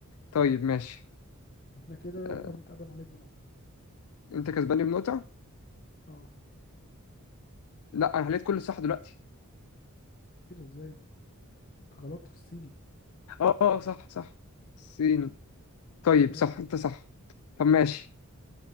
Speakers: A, on the left; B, on the left.
A: طيب ماشي
B: احنا كده
A: آه،
B: انا متقدم عليك بنقطة
A: انت كسباني بنقطه
B: اه
A: لا انا حليت كل صح دلوقتي
B: كده ازاي انت غلطت في الصيني
A: اه اه صح صح صيني طيب
B: ايوه
A: صح انت صح طب ماشي